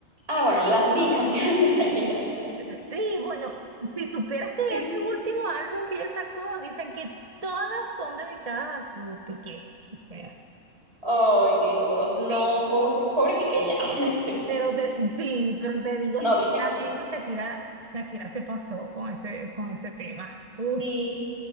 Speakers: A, on the right; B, on the right.
A: Ah, bueno, las mil <laughs> canciones de Shakira. sí.
B: Sí, bueno, si supieras que
A: Sí.
B: ese último álbum que ella sacó, dicen que todas son dedicadas a su Piqué, o sea.
A: Ay, Dios, no,
B: Sí.
A: pobre, pobre Piqué ya, <laughs> no es cierto.
B: Pero te, sí, pero te digo
A: No,
B: sinceramente,
A: bien merecido.
B: Shakira, Shakira se pasó con ese, con ese tema. Uy,
A: Sí.